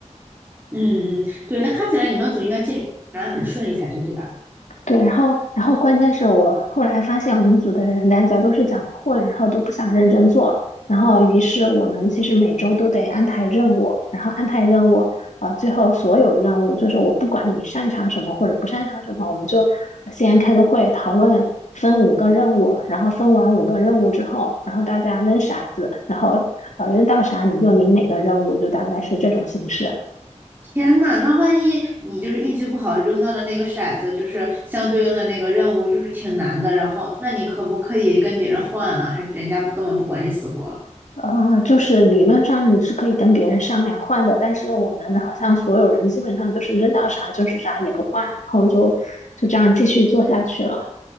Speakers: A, on the right (about 15°); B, on the left (about 70°).
A: 嗯嗯，对，那看起来你们组应该进展很顺利才对，对吧？
B: 对，然后然后关键是我后来发现我们组的人大家都是想混，然后都不想认真做，然后于是我们其实每周都得安排任务，然后安排任务，呃，最后所有任务就是我不管你擅长什么或者不擅长什么，我们就先开个会讨论，分五个任务，然后分完五个任务之后，然后大家扔骰子，然后呃扔到啥你就领哪个任务，就大概是这种形式。
A: 天呐，那万一你就是运气不好扔到了那个骰子，就是相对应的那个任务，就是挺难的，然后那你可不可以跟别人换啊？还是人家不根本不管你死活？
B: 呃，就是理论上你是可以跟别人商量换的，但是我们好像所有人基本上就是扔到啥就是啥也不换，然后就就这样继续做下去了。